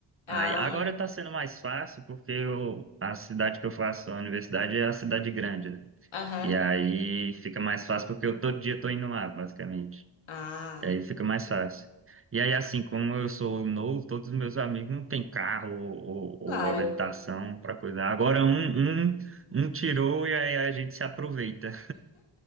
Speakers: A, on the left; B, on the right.
A: Ah,
B: Aí, agora tá sendo mais fácil, porque eu, a cidade que eu faço a universidade é a cidade grande, né?
A: aham.
B: E aí fica mais fácil porque eu todo dia tô indo lá, basicamente.
A: Ah,
B: E aí fica mais fácil. E aí, assim, como eu sou novo, todos os meus amigos não têm carro ou, ou- ou
A: claro.
B: habilitação para coisar. Agora um, um, um tirou e aí a gente se aproveita.